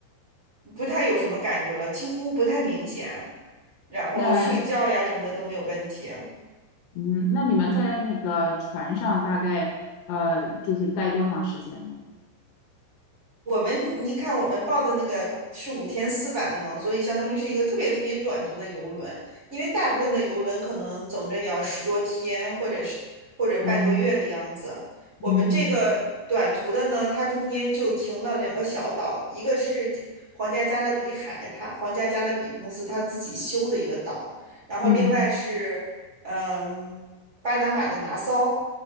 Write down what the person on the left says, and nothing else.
那嗯，那你们在那个船上大概呃，就是待多长时间呢？
嗯。
嗯嗯
嗯